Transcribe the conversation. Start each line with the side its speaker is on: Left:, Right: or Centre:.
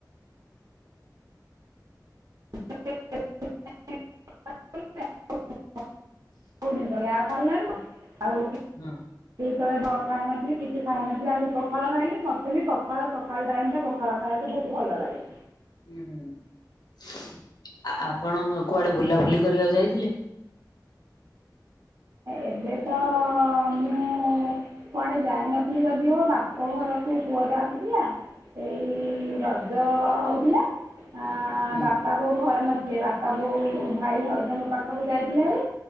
Right: <unintelligible> <unintelligible> ତାଲ ନହିଁ ନ ଆଉ
Left: ହଁ
Right: ଯେତେବେଳେ ବା ଖାଇନଥିଲି କିଛି ଖାଇନଥିଲି ଆଉ ସେ ପଖାଳ ଖାଇଲି ମୋତେ ବି ପଖାଳ ଚ ଖାଲ ଟାଇମ ଟା ପଖାଳ ଖାଆବାକୁ ବହୁତ ଭଲ ଲାଗେ
Left: ହୁଁ ହୁଁ ଆ ଆପଣ କୁଆଡେ ବୁଲାବୁଲି କରିବାକୁ ଯାଇଥିଲେ?
Right: ଏବେ ତ ମୁ କୁଆଡେ ଯାଇନଥିଲି ଯଦିଓ ବାପ ଘରକୁୁ ପୁଅ ଟା ଆସିଥିଲା। ଏଇ ରଜ ହଉଥିଲା ଆ
Left: ହୁଁ
Right: ବାପା ବୋଉ ଘରେ ନ ବାପା ବୋଉ ଭାଇ ଭାଉଜଙ୍କ ପାଖକୁ ଯାଇଥିଲେ ହାରି